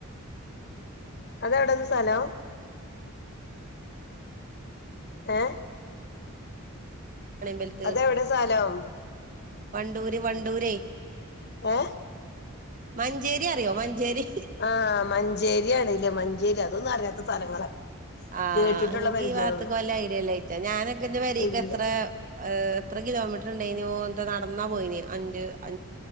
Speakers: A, on the left; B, on the right.
A: അതെവിടെന്ന് സ്ഥലം ഏ
B: വാണിയമ്പലത്ത്
A: അതെവിടെ സ്ഥലം
B: വണ്ടൂര് വണ്ടൂരെയ്
A: ഓ
B: മഞ്ചേരി അറിയോ മഞ്ചേരി
A: ആഹ് മഞ്ചേരിയാണ് ഇല്ലേ മഞ്ചേരി അതൊന്നും അറിയാത്ത സ്ഥലങ്ങളാ
B: ആഹ
A: കേട്ടിട്ടുള്ള
B: നിങ്ങൾക്ക്
A: പരിചയള്ളു
B: ഈ വാർത്തക്ക് വല്ല ഐഡില്ലായിറ്റ ഞാനൊക്കെന്റെ വരിക്ക്
A: ഇല്ല
B: എത്ര എ എത്ര കിലോമീറ്ററുണ്ടായിന്നു ഓ ട്ട് നടന്നാ പോയിന് അഞ്ച് അ